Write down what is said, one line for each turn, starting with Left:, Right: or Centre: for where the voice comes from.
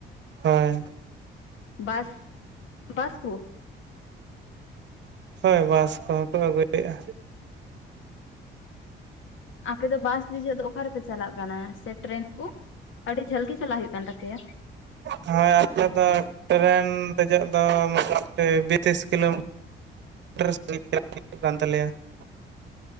Right: ᱦᱳᱭ ᱾
Left: ᱵᱟᱥ ᱵᱟᱥ ᱠᱚ?
Right: ᱦᱚᱭ, ᱵᱟᱥ ᱠᱚᱦᱚᱸ ᱠᱚ ᱟᱹᱜᱩᱭᱮᱜᱼᱟ ᱾
Left: ᱟᱯᱮ ᱫᱚ ᱵᱟᱥ ᱫᱮᱡᱚᱜ ᱫᱚ ᱚᱠᱟ ᱨᱮᱯᱮ ᱪᱟᱞᱟᱜ ᱠᱟᱱᱟ ᱥᱮ ᱴᱨᱮᱱ ᱠᱚ? ᱟᱹᱰᱤ ᱡᱷᱟᱹᱞ ᱜᱮ ᱪᱟᱞᱟᱜ ᱦᱩᱭᱩᱜ ᱠᱟᱱ ᱛᱟᱯᱮᱭᱟ?
Right: ᱦᱳᱭ ᱟᱞᱮ ᱫᱚ ᱴᱨᱮᱱ ᱫᱮᱡᱚᱜ ᱫᱚ ᱢᱚᱴᱟᱢᱩᱴᱤ ᱵᱤᱥ ᱛᱤᱥ ᱠᱤᱞᱳᱢᱤᱴᱟᱨ ᱥᱟᱸᱜᱤᱧ ᱪᱟᱞᱟᱜ ᱦᱩᱭᱩᱜ ᱠᱟᱱ ᱛᱟᱞᱮᱭᱟ <unintelligible>